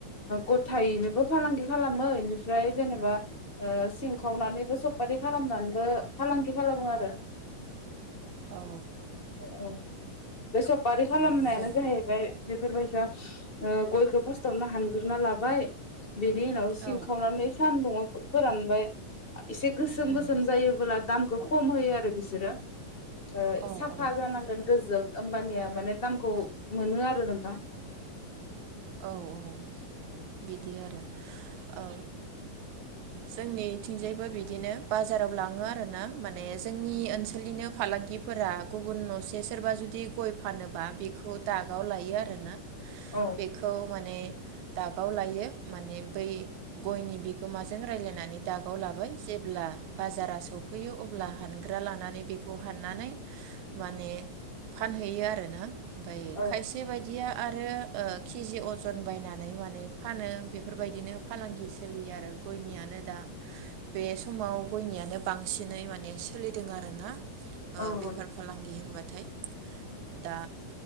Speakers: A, on the left; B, on the right.
A: गथायैनोबो फालांगि खालामो इनिफ्राय जेनेबा ओ सिंखावनानैबो सपफारि खालामनानैबो फालांगि खालामो आरो।
B: औ
A: औ बे सफारि खालाम
B: ओमफ्राय
A: <unintelligible> बेफोरबायसा गयखौ फार्स्टावनो हानग्रोनना लाबाय बिनि उनाव सिंखावनानै
B: औ
A: सान्दुंआव फोरानबाय एसे गोसोम
B: उम
A: गोसोम जायोबोब्ला दाम खम होयो आरो बिसोरो ओ
B: औ
A: साफा
B: औ
A: जानांगोन गोजों। ओमबानिया माने दामखौ मोनो आरो नोंथां <inaudible>
B: औ औ बिदि आरो औ जोंनि थिंजायबो बिदिनो बाजाराव लाङो आरोना माने जोंनि ओनसोलनिनो फालांगिफोरा गुबुन नसे सोरबा जुदि गय फानोबा बेखौ दागाव लायो आरोना।
A: औ
B: बेखौ माने दागाव लायो माने बै गयनि बिगोमाजों रायज्लायनानै दागाव लाबाय। जेब्ला बाजारा सफैयो अब्ला हानग्रा लानानै बेखौ हाननानै माने फानहैयो आरोना। ओमफाय
A: औ
B: खायसे बायदिया आरो केिजि अजन बायनानै माने फानो बेफोरबायदिनो फालांगि सोलियो आरो गयनियानो दा बे समाव गयनियानो बांसिनै माने सोलिदों आरोना। ओ
A: औ
B: बेफार फालांगि होनबा थाय दा